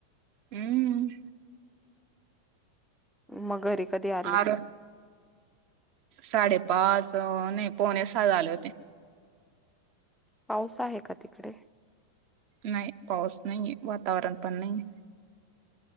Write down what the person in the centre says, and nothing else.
मग घरी कधी आली
पाऊस आहे का तिकडे?